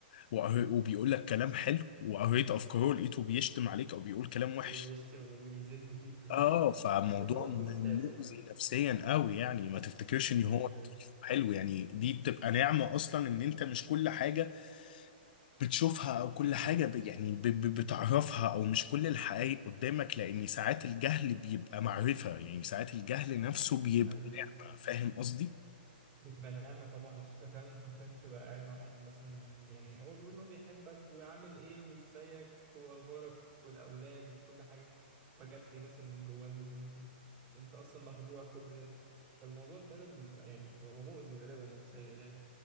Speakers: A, on the left; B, on the right.
A: وقر- وبيقول لك كلام حلو وقريت افكاره لقيته بيشتم عليك او بيقول كلام
B: تلاقيه
A: وحش
B: بيشتم ويذم فيك في الاخر
A: اه فموضوع
B: <laughs> الموضوع
A: م-
B: متعب
A: مؤذي
B: والله اه.
A: نفسيا قوي يعني ما تفتكرش
B: جدا
A: ان هو حلو يعني دي بتبقى نعمة اصلا ان انت مش كل حاجة بتشوفها او كل حاجة
B: امم
A: ب- يعني ب- ب- بتعرفها او مش كل الحقائق قدامك لان ساعات الجهل بيبقى معرفة يعني ساعات الجهل نفسه بيبقى
B: حقيقي.
A: نعمة فاهم قصدي؟
B: بتبقى نعمة طبعا عشان انت فعلا حرفيا تبقى قاعد مع واحد مثلا يعني هو بيقول ان هو بيحبك وعامل ايه وازيك واخبارك والاولاد وكل حاجة فجأة تلاقيه مثلا من جواه بيذم فيك وانت اصلا مخدوع كل ده فالموضوع فعلا بيبقى يعني هو مؤذي غالبا نفسيا يعني